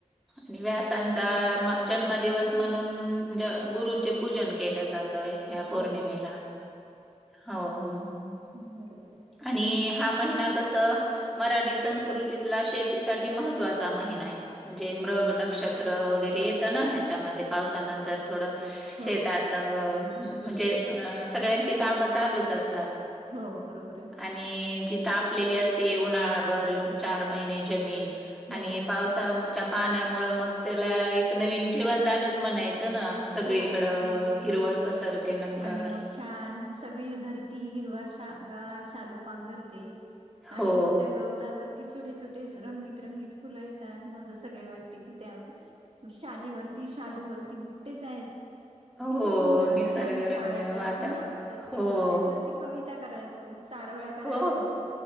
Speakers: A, in the centre; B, on the right.
A: आणि व्यासांचा
B: आणि या
A: जन्म दिवस म्हणून गुरूंचे पूजन केलं जातय ह्या पौर्णिमेला.
B: हो
A: हो
B: ह् बरोबर आहे
A: आणि हा महिना कस मराठी संस्कृतीतला शेतीसाठी महत्त्वाचा महि आहे म्हणजे मृग नक्षत्र वगैरे येतं ना ह्याच्यामध्ये पावसानंतर. थोडं
B: हो
A: शेतात म्हणजे सगळ्यांची कामं चालूच असतात
B: हो बरोबर आहे
A: आणि जी तापलेली असते उन्हाळा्यावरर चार महिने जमीन
B: हो
A: आणि पावसाच्या पाण्यामुळं मग त्याला एक नवीन जीवनदानच म्हणायचं ना. सगळीकडं
B: हो हो हो
A: हिरवळ पसरते नंतर
B: आणि मग छान सगळी धरती हिरवा शगार शालू पांघरते आणि
A: हो,
B: मग त्या गवतावर. ते छोटे छोटे रंगीत रंगीत फुलं येतात म जसं काही वाटते की त्या शालीवरती शालूवररती बुट. आहेत
A: हो
B: किती सुंदर दिसते
A: निसर्गरम्य
B: आम्ही शाळेत जायचो
A: वातावरण
B: ना तर तेव्हा
A: हो,
B: त्याच्यावरती कविता करायचं. चारव्या करायच
A: हो.